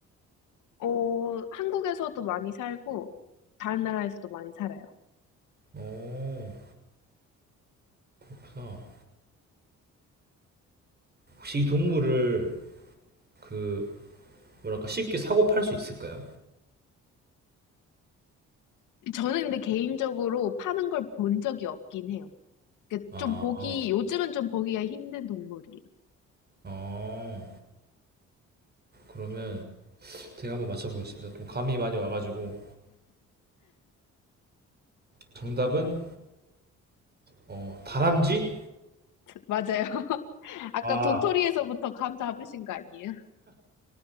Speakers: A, on the left; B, on the right.
A: 어, 한국에서도 많이 살고, 다른 나라에서도 많이 살아요.
B: 어. 그래서 혹시 이 동물을 그 뭐랄까 쉽게 사고 팔 수 있을까요?
A: 저는 근데 개인적으로 파는 걸 본 적이 없긴 해요. 그좀
B: 아,
A: 보기,
B: 아,
A: 요즘은 좀 보기가 힘든 동물이에요.
B: 아. 그러면 제가 한번 맞춰보겠습니다. 좀 감이 많이 와가지고 정답은 어, 다람쥐?
A: <laughs> 맞아요. <laughs> 아까
B: 아,
A: 도토리에서부터 감 잡으신 거 아니에요?